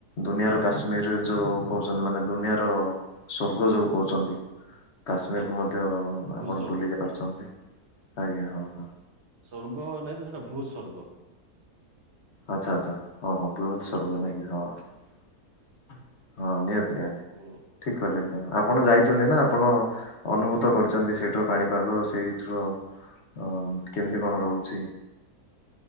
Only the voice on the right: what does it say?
ସ୍ଵର୍ଗ
ଭୂ
ସ୍ଵର୍ଗ
ସ୍ଵର୍ଗ ନାଇଁ ତେ ସେଇଟା ଭୂସ୍ଵର୍ଗ।
ସମସ୍ତେ
ଦେଖିବା
ହୁଁ